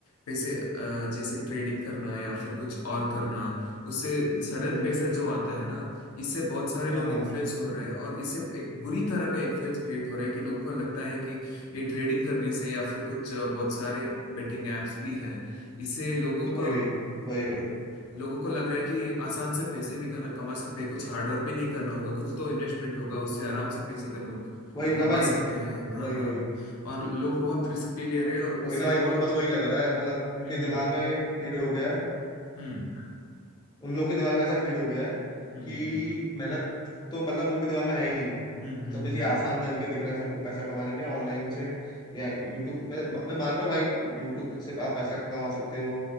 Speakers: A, on the left; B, on the left.
A: पैसे अ, जैसे ट्रेडिंग करना या फिर कुछ और करना उससे सडन
B: हम्म
A: पैसा जो आता है ना इससे बहुत सारे लोग
B: हाँ हाँ,
A: इन्फ्लुएंस हो रहे हैं और इससे एक बुरी तरह का इन्फ्लुएंस क्रिएट हो रहा है कि लोगों को लगता है कि ये ट्रेडिंग करने से या फिर कुछ अ, बहुत सारे बेटिंग एप्स भी हैं इससे लोगों
B: वही
A: का
B: वही वही वही
A: लोगों को लग रहा है कि आसान से पैसे भी कन- कमा सकते हैं कुछ हार्डवर्क भी नहीं करना होगा कुछ तो इन्वेस्टमेंट होगा उससे आराम से पैसे कन-
B: वही है ना
A: कमा
B: भाई
A: सकते हैं हाँ
B: वही
A: हाँ
B: वही
A: और लोग बहुत रिस्क भी ले रहे हैं और
B: वही
A: उसे
B: ना भाई उनको
A: बहुत
B: बस वही लग रहा है मतलब उनके
A: हम्म
B: दिमाग में फीड हो गया है
A: हम्म
B: उन लोग के दिमाग में ऐसा फीड हो गया है
A: हम्म
B: कि
A: हम्म
B: मेहनत तो मतलब उनके दिमाग में है ही नहीं
A: हम्म हम्म
B: सब
A: हम्म
B: ये आसान तरीके दिख रहे हैं सबको पैसा कमाने के ऑनलाइन से या यूट्यूब मैं मैं मान रहा हूँ भाई यूट्यूब से आप पैसा कमा सकते हो